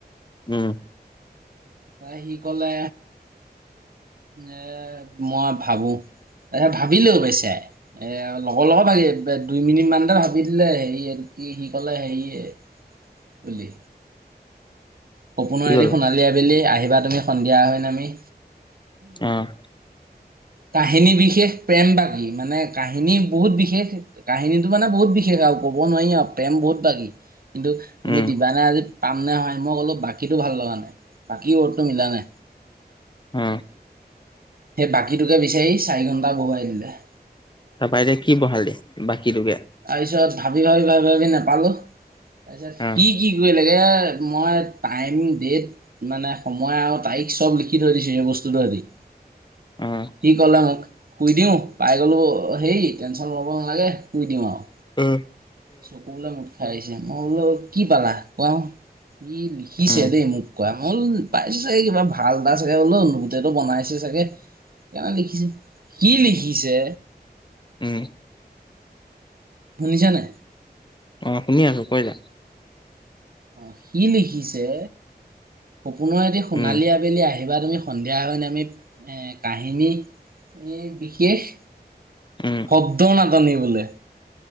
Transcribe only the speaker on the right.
তা সি ক'লে এ, মই ভাবোঁ। এ, ভাবিলেও পিছে। এ, লগৰ লগত ভাবি দুই মিনিট মানতে ভাবি দিলে, হেৰি আৰু কি সি ক'লে হেৰি বুলি। সপোনৰ
এদি
সোণালী আবেলি আহিবা তুমি সন্ধিয়া হৈ নামি।
কাহিনী বিশেষ প্ৰেম বাকী মানে কাহিনী বহুত বিশেষ কাহিনীটো মানে বহুত বিশেষ আৰু ক'ব নোৱাৰি আৰু, প্ৰেম বহুত বাকী। কিন্তু তুমি
দিবানে আজি, পাম নে হয়, মই ক'লো বাকীটো ভাল লগা নাই, বাকী ৱৰ্ডটো মিলা নাই।
সেই বাকীটোকে বিচাৰি চাৰি ঘণ্টা বহুৱাই দিলে।
তাৰপিছত ভাবি ভাবি ভাবি ভাবি নেপালো তাৰপিছত সি
কি কৰি লাগে, মই টাইম, ডেট মানে সময় আৰু তাৰিখ চব লিখি থৈ দিছোঁ সেই বস্তুটো আজি।
কি ক'লে মোক শুই দিও পাই গলোঁ হেৰি, টেনচন ল'ব নালাগে শুই দিম আৰু।
চকু বুলে মোঠ খাই আহিছে, মই বোলো কি পালা কওঁ ই লিখিছে
দেই মোক কোৱা, মই বোলো পাইছে চাগে কিবা ভাল এটা চাগে বোলো গোটেইটো বনাইছে চাগে
কিয়নো লিখিছে। সি লিখিছে
শুনিছা নাই?
অ' সি লিখিছে সপোনৰ এটি সোণালী
আবেলি আহিবা তুমি সন্ধিয়া হৈ নামি এ, কাহিনী এ, বিশেষ
শব্দৰ নাটনি বোলে।